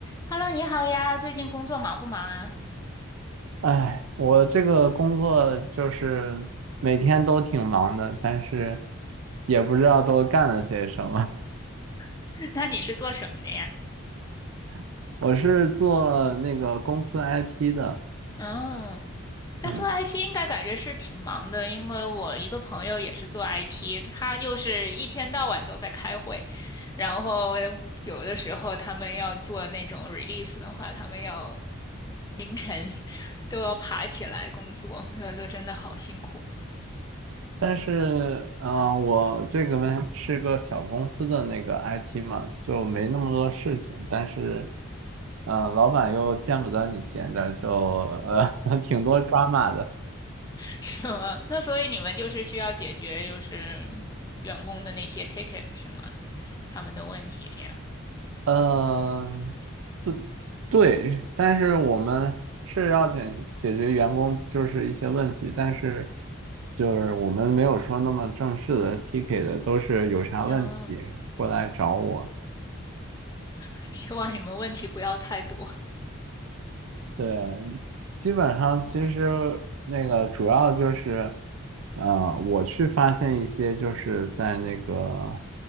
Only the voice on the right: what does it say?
哎，我这个工作就是每天都挺忙的，但是也不知道都干了些什么。
<laughs> 我是做那个公司 IT 的，
嗯，
但是，嗯、我这个呢是个小公司的那个 IT 嘛，所以我没那么多事情。但是，嗯、老板又见不得你闲着，就呃 <laughs> 挺多抓马的。
嗯、对，但是我们是要解决解决员工就是一些问题，但是就是我们没有说那么正式的 ticket 的，都是有啥问题过来找我，
对，基本上其实那个主要就是，呃，我去发现一些就是在那个